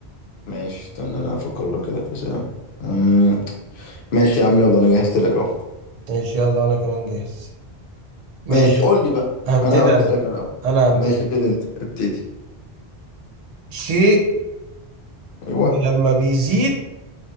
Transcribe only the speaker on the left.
ماشي استنى انا افكر لك كده في أسئلة أمم، ماشي يا عم يلا انا جهزت لك اهو
ماشي قول لي بقى
انا هقول
اسألك انا الاول
ماشي
ابتدي انت ابتدي
ايوه